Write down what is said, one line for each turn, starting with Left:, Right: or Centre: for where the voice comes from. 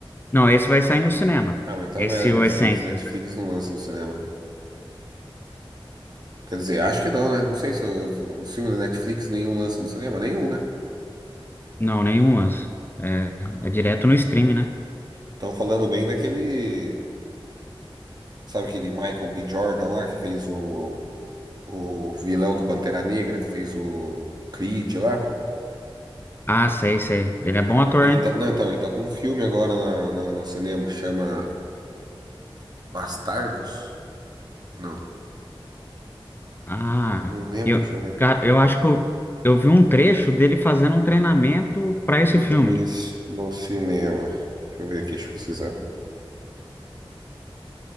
Left: Não, esse vai sair no cinema.
Right: Ah, mas então
Left: Esse,
Right: não é da Netflix.
Left: o Essências.
Right: Netflix não lança no cinema. Quer dizer, acho que não, né? Não sei se os os filmes da Netflix nenhum lança no cinema, nenhum, né?
Left: Não, nenhum lance. É, é direto no stream, né?
Right: Estão falando bem daquele, sabe aquele Michael B. Jordan lá que fez o, o vilão do Pantera Negra, que fez o, o Creed lá.
Left: Ah, sei, sei. Ele é bom ator,
Right: Ele
Left: hein?
Right: tá, não, então, ele tá com um filme agora na, na- no cinema, chama Bastardos? Não,
Left: Ah,
Right: não lembro,
Left: eu,
Right: deixa eu ver.
Left: cara, eu acho que eu, eu vi um trecho dele fazendo um treinamento para esse
Right: Filmes
Left: filme,
Right: no cinema. Deixa eu ver aqui, deixa eu pesquisar.